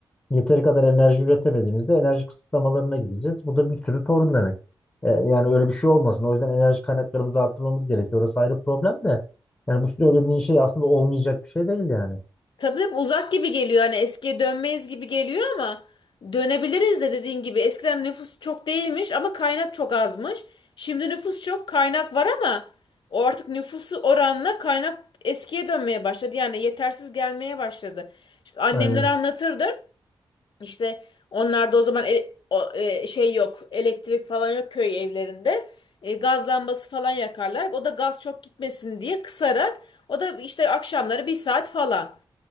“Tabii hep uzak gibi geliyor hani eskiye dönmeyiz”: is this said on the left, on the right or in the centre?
Left